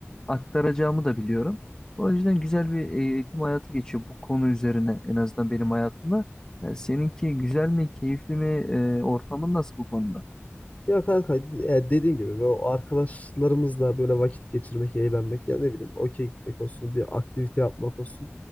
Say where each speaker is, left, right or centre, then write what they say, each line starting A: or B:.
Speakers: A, on the left; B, on the left.
A: aktaracağımı da biliyorum. O yüzden güzel bir eğitim hayatı geçiyor bu konu üzerine en azından benim hayatımda. E, seninki güzel mi, keyifli mi, e, ortamın nasıl bu konuda?
B: Ya kanka ya dediğin gibi böyle o arkadaşlarımızla böyle vakit geçirmek, eğlenmek ya ne bileyim okey gitmek olsun, bir aktivite yapmak olsun.